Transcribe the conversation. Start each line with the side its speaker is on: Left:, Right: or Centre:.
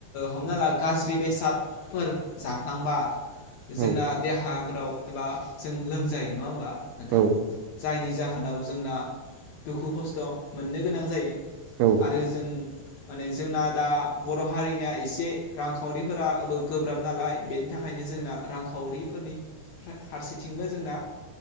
Left: हमना ला गाज्रि बेसाद फोर जाफ्लांबा जोंना
Right: औ
Left: देहाफोराव एबा जों लोमजायो नङा होमबा नोंथां?
Right: औ
Left: जायनि जाहोनाव जोंना दुखु खस्थ' मोननो गोनां जायो।
Right: औ
Left: आरो जों माने जोंना दा बर' हारिना एसे रांखावरिफोरा गोब्राब नालाय बेनो थाखायनो जोंना रांखावरि फोरनि फारसेथिंबो जोंना